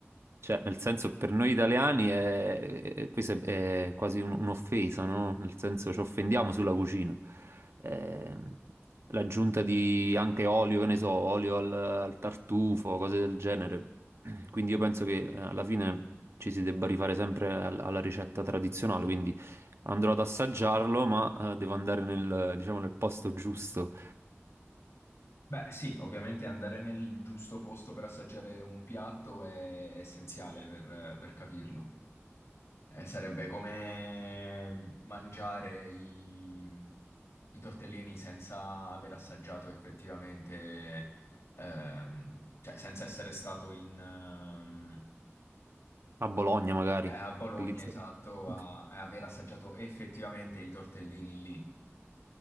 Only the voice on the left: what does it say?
Beh, sì, ovviamente andare nel giusto posto per assaggiare un piatto è essenziale per per capirlo. Eh, sarebbe come mangiare i, i tortellini senza aver assaggiato effettivamente, ehm, cioè senza essere stato in, ehm,
a Bologna,
esatto,
a, a aver assaggiato effettivamente i tortellini lì.